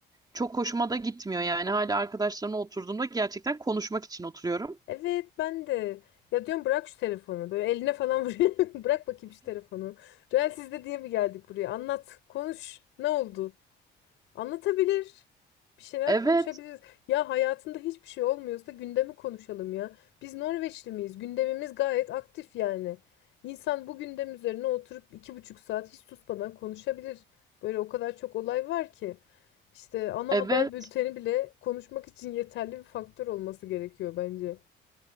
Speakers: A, on the right; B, on the left.
A: Çok hoşuma da gitmiyor yani. Hala arkadaşlarımla oturduğumda gerçekten konuşmak için oturuyorum.
B: Evet ben de. Ya diyorum bırak şu telefonu. Böyle eline falan vuruyor. <laughs> Bırak bakayım şu telefonu. Real sizde diye mi geldik buraya? Anlat. Konuş. Ne oldu? Anlatabilir. Bir şeyler
A: Evet,
B: konuşabiliriz. Ya hayatında hiçbir şey olmuyorsa gündemi konuşalım ya. Biz Norveçli miyiz? Gündemimiz gayet aktif yani. İnsan bu gündem üzerine oturup iki buçuk saat hiç susmadan konuşabilir. Böyle o kadar çok olay var ki. İşte ana
A: evet.
B: haber bülteni bile konuşmak için yeterli bir faktör olması gerekiyor bence.